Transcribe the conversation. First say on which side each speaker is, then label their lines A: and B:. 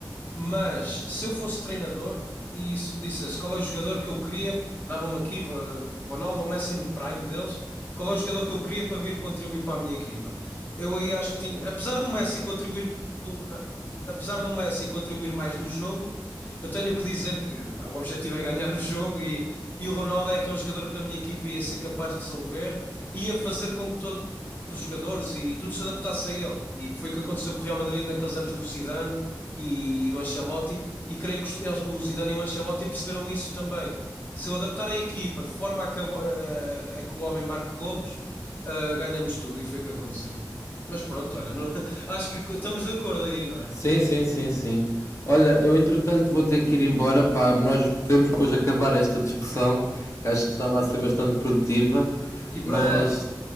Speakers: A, on the left (about 25°); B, on the left (about 40°).
A: mas se eu fosse treinador e se me dissesse qual é o jogador que eu queria, dava-me aqui Ro- Ronaldo ou Messi no prime deles, qual é o jogador que eu queria para vir contribuir para a minha equipa? Eu aí acho que tinha, apesar do Messi contribuir, do- a- apesar do Messi contribuir mais no jogo, eu tenho que dizer que pá, o objetivo é ganhar o jogo e, e o Ronaldo é aquele jogador que na minha equipa ia ser capaz de resolver, ia fazer com que todos os jogadores e, e tudo se adaptasse a ele. E que foi o que aconteceu com o Real Madrid naqueles anos do Zidane e, e do Ancelotti, e creio que os, eles- o Zidane e o Ancelotti perceberam isso também. Se eu adaptar a equipa de forma a que, a bo- a- a que o homem marque golos, ah, ganhamos tudo, e foi o que aconteceu. Mas pronto, olha, não- <laughs> acho que estamos de acordo aí, não é?
B: Sim, sim, sim, sim. Olha, eu entretanto vou ter que ir embora, pá, nós podemos depois acabar esta discussão, que acho que estava a ser bastante produtiva,
A: Aqui para
B: mas
A: horas.